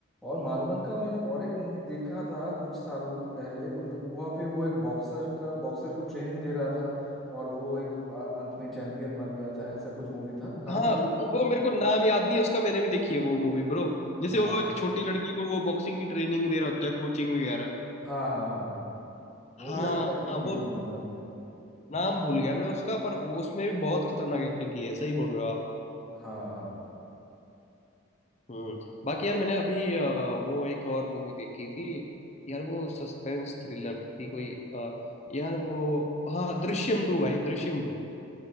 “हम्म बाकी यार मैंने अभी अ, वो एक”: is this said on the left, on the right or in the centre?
Left